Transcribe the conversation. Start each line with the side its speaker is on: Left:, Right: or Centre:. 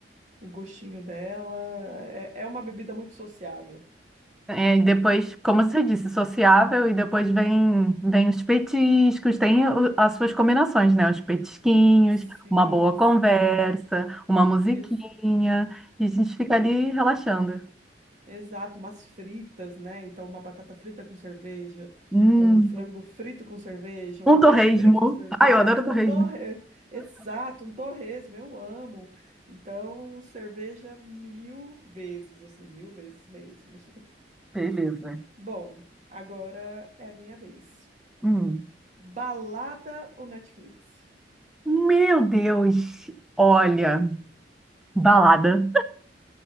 Right: o gostinho dela. É, é uma bebida muito sociável.
Centre: É, e depois, como você disse, sociável, e depois vem, vem os petiscos, tem o- as suas combinações, né? Os petisquinhos,
Right: Sim,
Centre: uma boa
Right: sim.
Centre: conversa, uma musiquinha,
Right: Ex-
Centre: e a gente fica ali relaxando.
Right: Exato, umas fritas, né? Então, uma batata frita com cerveja,
Centre: Hum,
Right: um frango frito com cerveja,
Centre: um
Right: um peixe
Centre: torresmo.
Right: frito com cerveja,
Centre: Ai, eu adoro
Right: um
Centre: torresmo.
Right: torres, exato, um torresmo, eu amo. Então, cerveja mil vezes, assim, mil vezes mesmo. <laughs>
Centre: Beleza.
Right: Bom, agora é a minha vez.
Centre: Hum.
Right: Balada ou Netflix?
Centre: Meu Deus! Olha, balada.